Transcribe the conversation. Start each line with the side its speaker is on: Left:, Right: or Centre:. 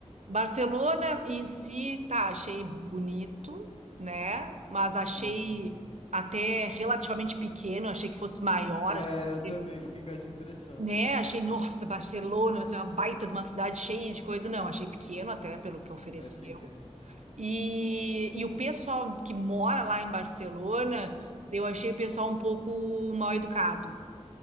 Right: Barcelona em si, tá, achei bonito, né? Mas achei
Left: Aham.
Right: até relativamente pequeno, achei que fosse maior,
Left: É,
Right: achei-
Left: eu também fiquei com essa impressão.
Right: né? Achei, nossa, Barcelona, vai ser uma baita de uma cidade cheia de coisa. Não, achei pequeno até pelo que ofereceu.
Left: É pequeno.
Right: E, e o pessoal que mora lá em Barcelona, eu achei o pessoal um pouco mal educado,